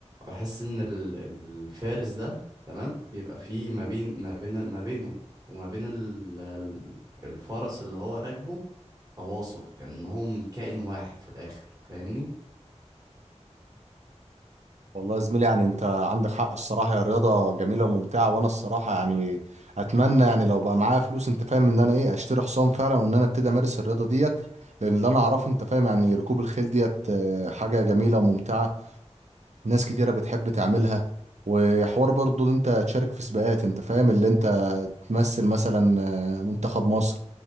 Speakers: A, on the right; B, on the right.
A: بحس ان ال- الفارس ده تمام بيبقى فيه ما بين ما بين ما بينه وما بين ال... ال- الفرس اللي هو راكبه تواصل كأنهم كائن واحد في الآخر فاهمني
B: والله يا زميلي يعني انت عندك حق الصراحه يا رياضه جميله وممتعه وانا الصراحه يعني اتمنى يعني لو بقى معايا فلوس انت فاهم ان انا ايه اشتري حصان فعلا وان انا ابتدي امارس الرياضه ديت لان اللي انا اعرفه انت فاهم يعني ركوب الخيل ديت اه، حاجه جميله وممتعه ناس كتيره بتحب تعملها وحوار برضو اللي انت تشارك في سباقات انت فاهم اللي انت تمثل مثلا اه، منتخب مصر